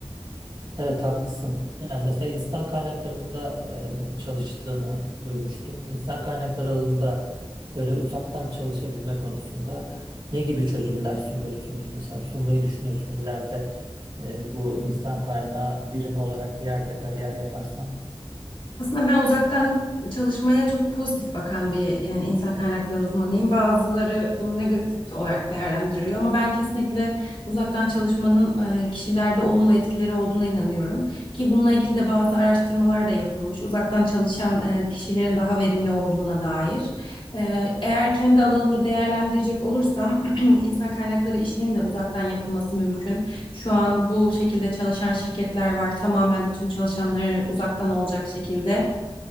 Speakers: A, on the right; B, on the left.
A: Evet haklısın. Yani mesela insan kaynaklarında e, çalıştığını duymuştum. İnsan kaynakları alanında böyle uzaktan çalışabilme konusunda ne gibi çözümler sunuyorsunuz? Mesela sunmayı düşünüyorsun ileride e, bu insan kaynağı birimi olarak bir yerde kariyer yaparsan.
B: Aslında ben uzaktan çalışmaya çok pozitif bakan bir e, insan kaynakları uzmanıyım. Bazıları bunu negatif olarak değerlendiriyor ama ben kesinlikle uzaktan çalışmanın e, kişilerde olumlu etkileri olduğuna inanıyorum. Ki bununla ilgili de bazı araştırmalar da yapılmış. Uzaktan çalışan e, kişilerin daha verimli olduğuna dair. E, Eğer kendi alanımda değerlendirecek olursam <clears throat> insan kaynakları işinin de uzaktan yapılması mümkün. Şu an bu şekilde çalışan şirketler var. Tamamen tüm çalışanları uzaktan olacak şekilde.